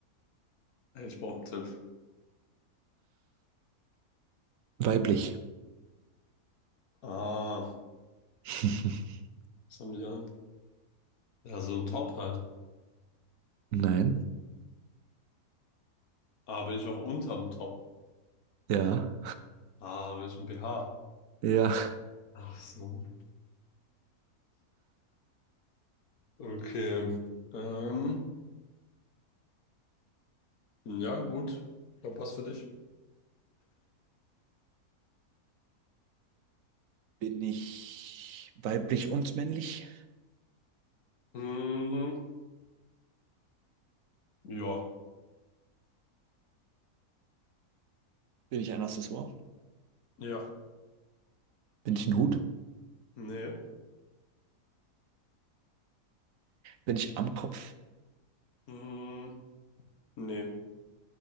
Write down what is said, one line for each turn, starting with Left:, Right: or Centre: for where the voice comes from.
Left: Ey, Ich brauche einen Tipp.
Right: Weiblich.
Left: Ah,
Right: <laughs>
Left: was haben die an? Ja, so ein Top halt.
Right: Nein,
Left: Ah, bin ich auch unterm Top.
Right: ja,
Left: Ah, bin ich ein BH.
Right: ja.
Left: Ach so. Okay. Ähm, ja, gut. Ich glaube, was für dich?
Right: Bin ich weiblich und männlich?
Left: Mm, ja.
Right: Bin ich ein Accessoire?
Left: Ja.
Right: Bin ich ein Hut?
Left: Nee.
Right: Bin ich am Kopf?
Left: Mm, nee.